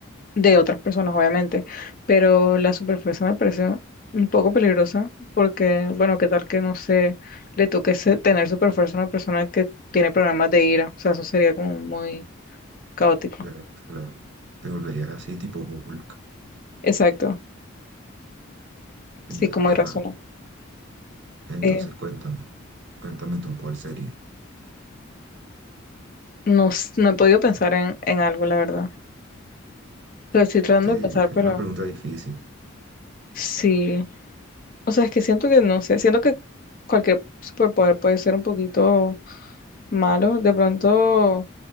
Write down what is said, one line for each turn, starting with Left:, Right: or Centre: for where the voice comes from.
Left: de otras personas, obviamente, pero la superfuerza me parece un poco peligrosa porque, bueno, qué tal que no sé, le toque se- tener superfuerza a una persona que tiene problemas de ira, o sea, eso sería como muy caótico.
Right: Claro, claro. Te volverías así tipo Hulk.
Left: Exacto, sí,
Right: Ent-
Left: como hay
Right: ajá.
Left: razón.
Right: Entonces
Left: Eh,
Right: cuéntame, cuéntame tú cuál sería.
Left: no, s- no he podido pensar en, en algo, la verdad. O sea, estoy tratando
Right: Te-
Left: de pensar,
Right: es una
Left: pero
Right: pregunta difícil.
Left: sí, o sea, es que siento que no sé, siento que cualquier superpoder puede ser un poquito malo, de pronto.